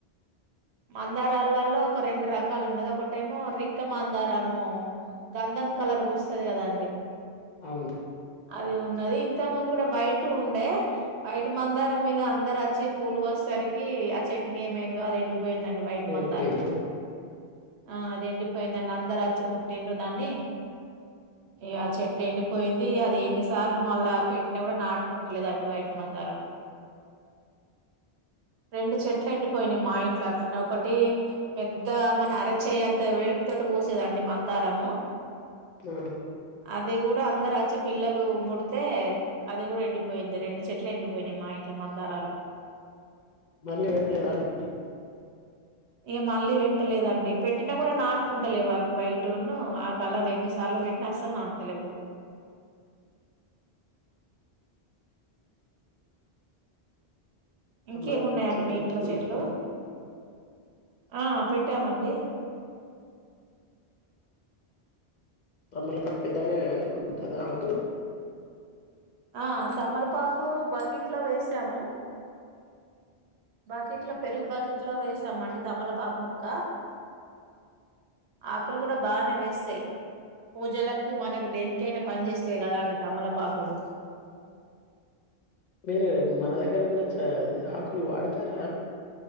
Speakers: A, on the right (about 75°); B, on the left (about 55°).
A: మందారాలలో ఒక రెండు రకాలు ఉన్నది. ఒకటేమో రిక్క మందారము గంధం కలర్ పూస్తది కాదండీ.
B: అవును
A: అది ఉన్నది. ఇంత ముందు గుడా వైటు ఉండే వైట్ మందారం ఇగ అందరచ్చి పూలు కోసేసరికి ఆ చెట్టుకి ఏమైందో అది ఎండి పోయిందండి వైట్
B: ఎండిపోయిందా
A: మందారం ఆ అది ఎండిపోయిందండి అందరచ్చి ముట్టిండ్రు దాన్ని ఇగ ఆ చెట్టు ఎండిపోయింది అది ఎన్నిసార్లు మళ్ళా పెట్టినా గుడా నాటుకుంటలేదండి వైట్ మందారం. రెండు చెట్లు ఎండిపోయినయి. మా ఇంట్లో అట్లనే ఒకటి పెద్ద మన అరచేయంత వెలుపుతోటి పూసేదండి మందారము.
B: ఆ
A: అది గూడా అందరచ్చి పిల్లలు ముడ్తే అది కూడా ఎండిపోయింది రెండు చెట్లు ఎండిపోయినాయి మా ఇంట్లో మందారాలు
B: మళ్ళీ పెట్టలేదా అండి
A: ఇగ మళ్ళీ పెట్టలేదండి పెట్టినా గుడా నాటుకుంటలేవు అవి వైట్ను ఆ కలర్ ఎన్ని సార్లు పెట్టినా అస్సలు నాటుతలేవు. ఇంకేమున్నాయండి
B: తమలపాకు చెట్టు
A: మీ
B: పెట్టుకున్నారా
A: ఇంట్లో చెట్లు ఆ పెట్టామండి.
B: తమలపాకు పెద్దగనే కదా ఉంటది ఆకు
A: ఆ తమలపాకు బకెట్లో వేసాము. బకెట్లో పెరుగు బకిట్లో వేసామండి తమలపాకు ముక్క ఆకులు గుడా బానేవేస్తై పూజలకు మనకు దేనికైనా పని చేస్తాయి కదా అండి తమలపాకులు.
B: మీరు మన దగ్గర ఉన్న చ ఆకులు వాడతారా